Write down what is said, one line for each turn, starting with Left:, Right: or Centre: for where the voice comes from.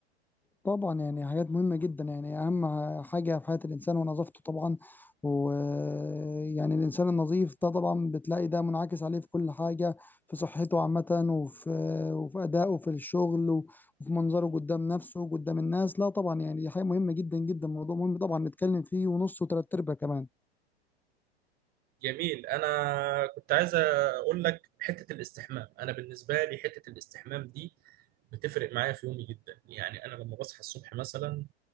Centre: طبعا يعني حاجات مهمة جدا يعني أهم حاجة في حياة الإنسان ونظافته طبعا ويعني الإنسان النظيف ده طبعا بتلاقي ده منعكس عليه في كل حاجة في صحته عامة وفي وفي أدائه في الشغل وفي منظره قدام نفسه قدام الناس لا طبعا يعني دي حاجة مهمة جدا جدا موضوع مهم طبعا نتكلم فيه ونص وتلات أرباع كمان
Right: جميل انا كنت عايز اقول لك حته الاستحمام انا بالنسبه لي حته الاستحمام دي بتفرق معايا في يومي جدا يعني انا لما بصحى الصبح مثلا